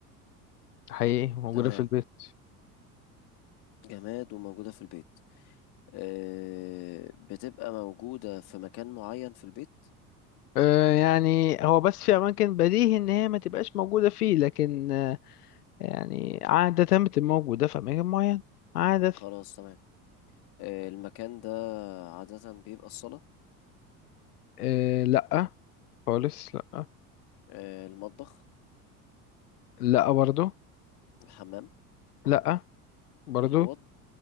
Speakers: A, on the left; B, on the left.
A: حقيقي موجودة
B: تمام
A: في البيت
B: جماد وموجودة في البيت آه بتبقى موجودة في مكان معين في البيت
A: آه يعني هو بس في أماكن بديهي إن هي ما تبقاش موجودة فيه لكن آه يعني عادة بتبقى موجودة في أماكن معينة عادة
B: خلاص تمام آه المكان ده عادة بيبقى الصالة
A: آه لأ خالص لأ
B: آه المطبخ
A: لأ برضو
B: الحمام
A: لأ برضو
B: الأوض